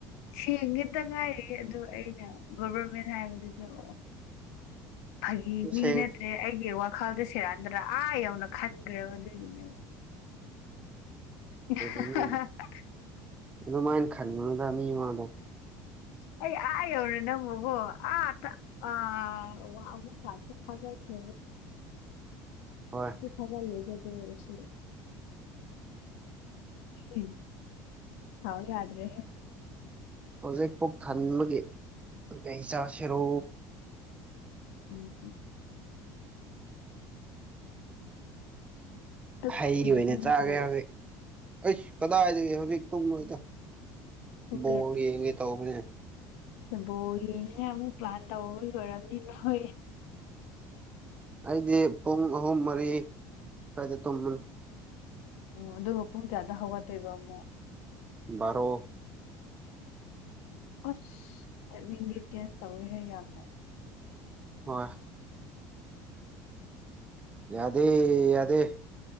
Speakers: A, on the left; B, on the right.
A: ꯁꯦꯡꯒꯤꯦꯇ ꯉꯥꯏꯔꯤ ꯑꯗꯣ ꯑꯩꯅ ꯒꯚꯔꯃꯦꯟ ꯍꯥꯏꯕꯗꯨꯗ ꯑꯣ ꯐꯥꯒꯤ ꯃꯤ
B: ꯁꯦꯡ
A: ꯅꯠꯇ꯭ꯔꯦ ꯑꯩꯒꯤ ꯋꯥꯈꯜꯗ ꯁꯔꯥꯟꯗ꯭ꯔꯥ ꯑꯥ ꯌꯧꯅ ꯈꯟꯈ꯭ꯔꯦꯕ ꯑꯗꯨꯒꯤꯅꯦꯕ <unintelligible>
B: ꯑꯗꯨꯗꯤ ꯅꯪ ꯑꯗꯨꯃꯥꯏꯅ ꯈꯔꯉꯗ ꯃꯤꯃꯗꯣ
A: ꯑꯩ ꯑꯥ ꯌꯧꯔꯦ ꯅꯪ ꯃꯕꯣ ꯑꯥ ꯑ ꯋꯥ ꯑꯃ ꯊꯥ ꯊꯥꯖ ꯁꯨ
B: ꯍꯣꯏ
A: ꯊꯕ ꯂꯩꯒꯦ ꯁ ꯎꯝ ꯍꯥꯎ ꯌꯥꯗ꯭ꯔꯦ
B: ꯑꯣꯖꯦꯛ ꯄꯣꯛ ꯊꯥꯟ ꯂꯒꯦ ꯀ ꯍ ꯆ ꯁꯦꯔꯣ
A: ꯎꯝꯝ ꯇꯨꯝꯅꯤꯡꯗ꯭ꯔꯤꯕꯣ
B: ꯍꯩꯗꯤ ꯑꯣꯏꯅ ꯆꯥꯒꯦ
A: ꯅꯪꯕꯣ
B: ꯍꯧꯖꯤꯛ ꯑꯩꯁ ꯀꯗꯥꯏꯗꯒꯦ ꯍꯧꯖꯤꯛ ꯇꯨꯡꯂꯣꯏꯗ
A: ꯄꯨꯡ
B: ꯣꯜ ꯌꯦꯡꯒꯦ ꯇꯧꯧꯕꯅꯦ
A: ꯕꯣꯡꯅꯦ ꯑꯃꯨꯛ ꯄ꯭ꯂꯥꯟ ꯇꯧꯣꯏ ꯑꯣꯏꯣꯏꯔꯕꯅꯤ ꯅꯣꯏ
B: ꯑꯩꯗꯤ ꯄꯨꯡ ꯑꯍꯨꯝ ꯃꯔꯤ ꯁ꯭ꯋꯥꯏꯗ ꯇꯨꯝꯝꯕꯅꯤ
A: ꯑꯣ ꯑꯗꯨꯒ ꯄꯨꯡ ꯀꯌꯥꯗ ꯍꯧꯒꯠꯇꯣꯏꯕ ꯑꯃꯣ
B: ꯃꯔꯔꯣ
A: ꯑꯁ ꯏꯒꯔꯤꯗꯤꯌꯦꯟꯁ ꯇꯧꯋꯤ ꯍꯥꯏ ꯌꯥꯝꯅ
B: ꯋꯥ ꯌꯥꯗꯦ ꯌꯥꯗꯦ